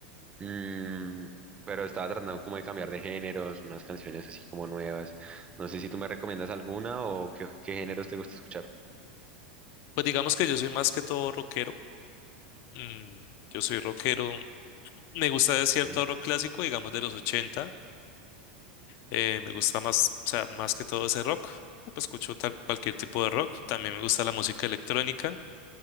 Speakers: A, on the right; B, on the left.
A: mm, pero estaba tratando como de cambiar de géneros, unas canciones así como nuevas, no sé si tú me recomiendas alguna o qué, qué géneros te gusta escuchar.
B: Pues digamos que yo soy más que todo rockero. Mm, yo soy rockero. Me gusta de cierto
A: Mm,
B: rock clásico, digamos de los 80. Eh, me gusta más, o sea, más que todo ese rock. Ah, Pues escucho tal- cualquier tipo de rock. También me gusta la música electrónica.